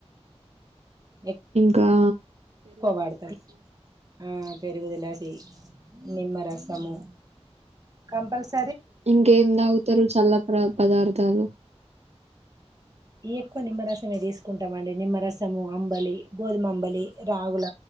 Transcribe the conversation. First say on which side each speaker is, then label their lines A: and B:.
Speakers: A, on the right (about 35°); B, on the right (about 70°).
A: ఎ
B: కా
A: పోవాడతం ఆ పెరుగు ది లాస్సి సి నిమ్మరసము కంపసర్
B: ఇంకేం తాగుతారు చల్ల ప్ర్రా పదార్థాలు
A: ఎక్కువ నిమ్మ రసమే తీసు కుంటామండి నిమ్మరసము అంబలి గోధుమ అంబలి రాగుల